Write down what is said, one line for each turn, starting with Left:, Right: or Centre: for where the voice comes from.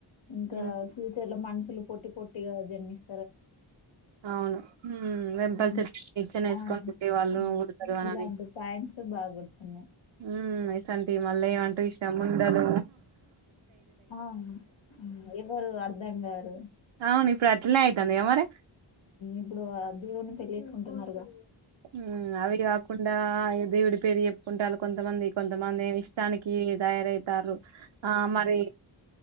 Left: ఇంకా
Right: ఉమ్
Left: ఫ్యూచర్లో మనుషులు పొట్టి పొట్టి గా జన్మిస్
Right: అవును ఉహ్ వెంపల్సరీ
Left: ఉమ్,
Right: ఇచ్చనేస్కొని
Left: ఆ
Right: ఉంటే వాళ్ళు
Left: ఉమ్,
Right: ఉడ్తారని
Left: ఇలాంటి
Right: అని
Left: పాయింట్స్ బాగా గుర్తున్నాయి
Right: ఉమ్మ్ ఇసంటివి మళ్ళేమంటారు ఇష్టం ముండదు
Left: ఆ ఉమ్, ఎవరు అర్ధం గారు
Right: అవును ఇప్పుడట్లే అయితున్నాయా మరి
Left: ఇప్పుడు ఆ దేవుని పెళ్లిచేస్కుంటునారుకదా
Right: మ్ అవి కాకుండా దేవుడి పేరు చెప్పుకుంటాలు కొంతమంది కొంతమంది ఇష్టానికి తయారై టరు ఆ మరి